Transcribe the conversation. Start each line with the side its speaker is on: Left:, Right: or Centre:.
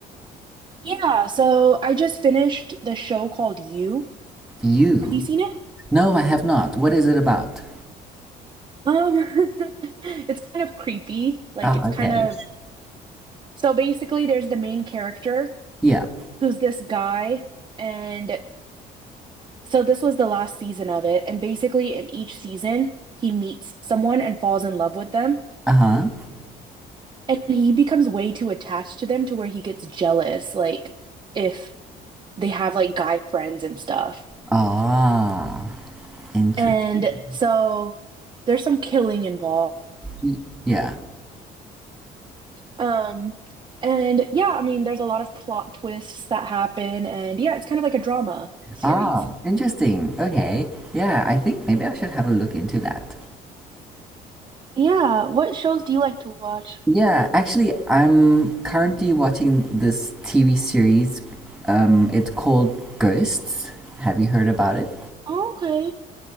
Right: Yeah, so I just finished the show called You.
Centre: You?
Right: Have you seen it?
Centre: No, I have not. What is it about?
Right: Um, <laughs> it's kind of creepy. Like
Centre: Oh,
Right: it's kind
Centre: okay.
Right: of so basically there's the main character
Centre: Yeah.
Right: who's this guy and So this was the last season of it, and basically in each season, he meets someone and falls in love with them,
Centre: Uh-huh.
Right: and he becomes way too attached to them to where he gets jealous, like if they have like guy friends and stuff.
Centre: Ah, interesting.
Right: And so there's some killing involved.
Centre: Y- Yeah.
Right: Um, and yeah, I mean, there's a lot of plot twists that happen, and yeah, it's kind of like a drama series.
Centre: Ah, interesting. Okay. Yeah, I think maybe I should have a look into that.
Right: Yeah, what shows do you like to watch?
Centre: Yeah, actually, I'm currently watching this TV series. Um, it's called Ghosts. Have you heard about it?
Right: Okay.